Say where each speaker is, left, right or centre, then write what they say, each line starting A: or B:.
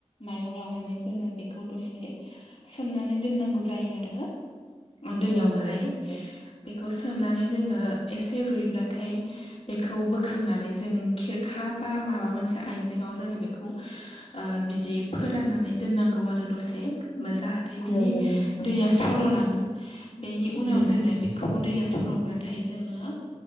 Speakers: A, on the left (about 55°); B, on the left (about 85°).
A: माइरं लानानै जोङो बेखौ दसे सोमनानै दोननांगौ जायो आरो। दैयावहाय
B: नंगौ नोंथां
A: बे बेखौ सोमनानै जोङो एसे रुइब्लाथाय बेखौ बोखांनानै जों खिरखा बा माबा मोनसे आइजेंआव जोङो बेखौ बिदि फोराननानै दोननांगौ आरो दसे। जाहाथे बिनि
B: नंगौ नोंथां
A: दैया सर'लाङो। बेनि उनाव
B: नंगौ
A: जोङो बेखौ दैया सर'ब्लाथाय जोङो